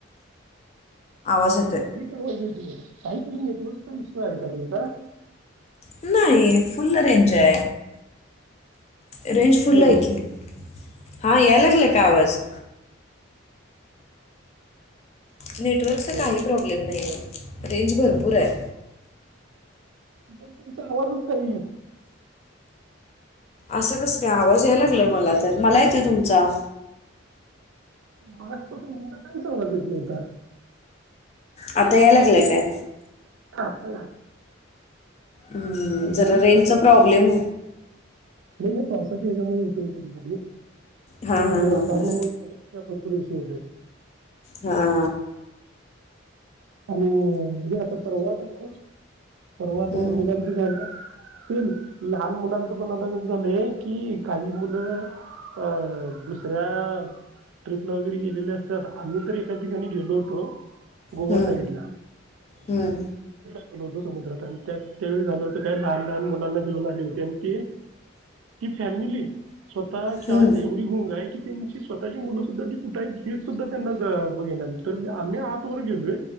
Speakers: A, on the left; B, on the right.
A: आवाज येतोय.
B: क तर ब तू यत र त उ इस आहे का तेस
A: नाही फुल्ल रेंज आहे. रेंज
B: हॅलो
A: फुल्ल आहे की हां याय लागलं. <unintelligible> नेटवर्कचा
B: हॅलो
A: काही प्रॉब्लेम नाही आहे. रेंज भरपूर आहे.
B: तमचा आवाजच काही
A: असं कस काय आवाज यायला लागलाय मला तर मला येतंय तुमचा.
B: माारजपासून तुमचा काही संगत येत नव्हता.
A: आता या लागले काय.
B: <unintelligible> आता
A: हम्म, जरा
B: ही
A: रेंजचा
B: प्रवास
A: प्रॉब्लेम
B: नाही हे पावसाच्या ह्याच्यामुळे होतो कधी <unintelligible>
A: हां हां
B: अ
A: हां
B: वातावरण
A: हां
B: कपडे शो
A: हा.
B: <unintelligible> परवतही
A: हम्म,
B: मुलांचं झालं. सेम लहान मुलांचं पण आता कस झालंय की काही मुलं अ दुसऱ्या ट्रिपला वगैरे गेलेले असतात आम्ही तर एका ठिकाणी गेलो होतो. गोबर
A: हम्म, हम्म,
B: <unintelligible> होत समुद्रात आणि त्या त्यावेळी झालं होतं काही लहान लहान मुलांना घेऊन आले होते आणि ते ती फॅमिली स्वतः खेळाला
A: हम्म,
B: एवढी गुंग आहे की त्यांची स्वतःची मुलं सुद्धा ती कुठे आहे हेच सुद्धा त्यांना बघेणार तर आम्ही आत वर गेलोय.